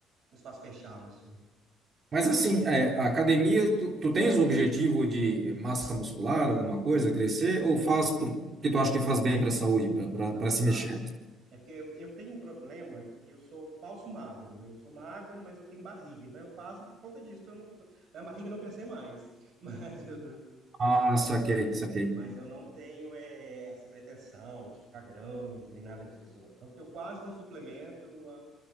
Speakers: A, on the right; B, on the right.
A: do espaço fechado, assim.
B: Mas assim, é, a academia, tu, tu tens o objetivo de massa muscular, alguma coisa, crescer, ou faz porque tu acha que faz bem para a saúde, para
A: Não, eu
B: se
A: faço.
B: mexer?
A: É porque eu, eu tenho um problema que eu sou falso magro. Eu sou magro, mas eu tenho barriga. Então eu faço por conta disso, para a barriga não crescer mais. <laughs> Mas eu,
B: Ah, saquei, saquei.
A: mas eu não tenho é, essa pretensão de ficar grande, nem nada disso, não. Tanto que eu quase não suplemento. a-